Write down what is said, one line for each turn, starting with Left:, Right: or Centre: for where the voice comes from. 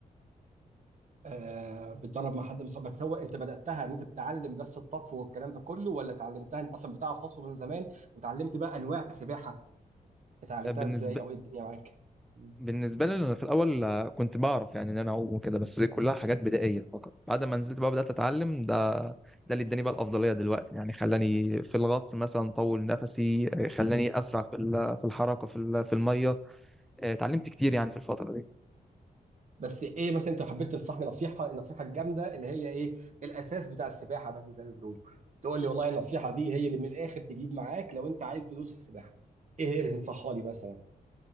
Right: آه بتدرب مع حد مصاب بتسوق انت بداتها ان انت بتتعلم بس الطفو والكلام ده كله ولا اتعلمتها انت اصلا بتعرف تطفو من زمان وتعلمت بقى انواع السباحه اتعلمتها
Centre: بالنسبه
Right: ازاي او ايه الدنيا معاك مم.
Centre: بالنسبه لي انا في الاول كنت بعرف يعني ان انا اعوم وكده بس دي كلها حاجات بدائيه فقط بعد ما نزلت بقى بدات اتعلم ده ده اللي اداني بقى الافضليه دلوقتي يعني خلاني في الغطس مثلا طول نفسي خلاني اسرع في ال- في الحركه في ال- في الميه اتعلمت كتير يعني في الفتره دي
Right: بس ايه بس انت حبيت تنصحني نصيحه النصيحه الجامده اللي هي ايه الاساس بتاع السباحه بس زي ما بيقولوا تقول لي والله النصيحه دي هي اللي من الاخر تجيب معاك لو انت عايز تدوس السباحه ايه هي اللي تنصحها لي مثلا